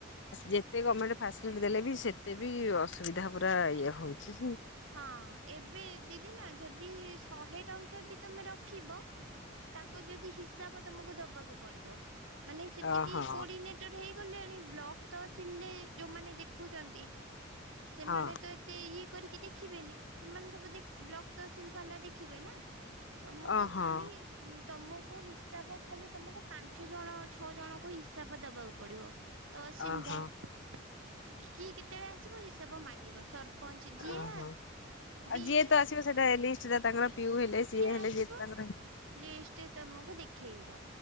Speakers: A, on the left; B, on the right.
A: ଯେତେ ଗମେଣ୍ଟ ଫାସିଲିଟି ଦେଲେ ବି ସେତେ ବି ଅ ସୁବିଧା ପୁରା ଇଏ ହଉଛି।
B: ହଁ ଏବେ ଦିଦି ନା ଯଦି ଶହେ ଟଙ୍କା ବି ତମେ ରଖିବ। ତାକୁ ଯଦି ହିସାବ ତମକୁ ଦବାକୁ ପଡିବ ମାନେ ସେତିକି
A: ଓହୋ
B: କୋଡିନେଟ ହେଇଗଲେଣି ବ୍ଲକ୍ ତ ଆସିଲେ ଯୋଉମାନେ ଦେଖୁଛନ୍ତି ସେମାନେ
A: ହଁ
B: ତ ଏତେ ଇଏ କରିକି ଦେଖିବେନି ସେମାନେ ସବୁ ବ୍ଲକ ତହସିଲ ଭଲା ଦେଖିବେ ନା? ତମକୁ
A: ଓହୋ
B: ଖାଲି ଉଁ ତମକୁ ହିସାବ ଖାଲି ତମକୁ ପାଞ୍ଚ ଜଣ ଛଅ ଜଣଙ୍କୁ ହିସାବ ଦବାକୁ ପଡିବ। ତହସିଲଦାର
A: ଓହୋ
B: କିଏ କେତେବେଳେ ଆସିବ ହିସାବ ମାଗିବ ସରପଞ୍ଚ ଯିଏ
A: ଓହୋ ଆଉ
B: ବିଓ।
A: ଯିଏ ତ ଆସିବ ଲିଷ୍ଟ ତାଙ୍କର ପିଉ ହେଲେ ସିଏ ହେଲେ
B: ଆସିବ
A: ଯିଏ ତାଙ୍କର
B: ଲିଷ୍ଟ ତମକୁ ଦେଖେଇବ